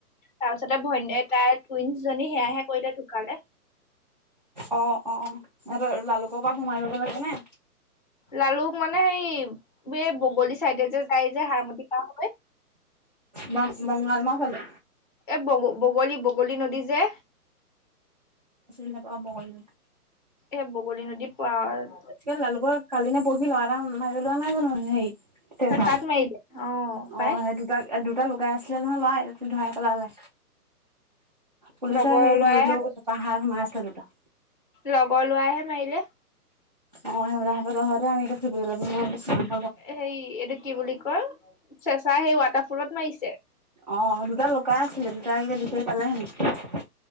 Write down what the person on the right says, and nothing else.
অ অ সিহঁতৰ লালুকৰ পৰা সোমাই যাব লাগেনে?
বং বগাল মৌৱাও ফালে
চিনি নাপাওঁ বগলী নদী।
কেলে লালুকৰ কালি নে পৰহি লৱা এটা মাৰি পেলোৱা নাই জানো হেৰি চেচাত
অ' সেই দুটা দুটা লুকাই আছিলে নহয় লৰা। ধৰাই পেলালে পুলিচে
হেৰি
ধৰিলো পাহাৰত সোমাই আছিলে দুটা।
অ' সিহঁতৰ জহতে আমি এতিয়া ফুৰিব যাবলে নোৱাৰা হৈছোঁ।
অ' দুটা লুকাই আছিলে দুটা বিচাৰি পালে হেনো।